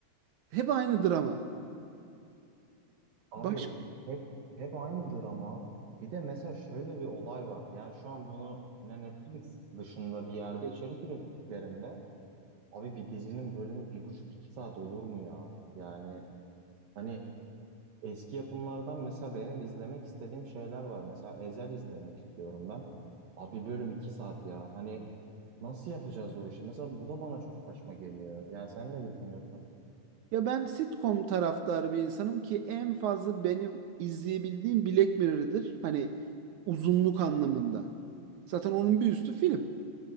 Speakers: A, on the right; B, on the right.
A: Hep aynı drama.
B: Abi
A: Başka
B: hep hep aynı drama. Bir de mesela şöyle bir olay var. Yani şu an bunu yine Netflix dışında bir yerde içerik ürettiklerinde abi bir dizinin bölümü bir buçuk iki saat olur mu ya? Yani hani Eski yapımlardan mesela benim izlemek istediğim şeyler var. Mesela Ezel izlemek istiyorum ben. Abi bölüm 2 saat ya. Hani nasıl yapacağız o işi? Mesela bu da bana çok saçma geliyor. Yani sen ne düşünüyorsun?
A: Ya ben sitcom taraftarı bir insanım ki en fazla benim izleyebildiğim Black Mirror'dır. Hani uzunluk anlamında. Zaten onun bir üstü film.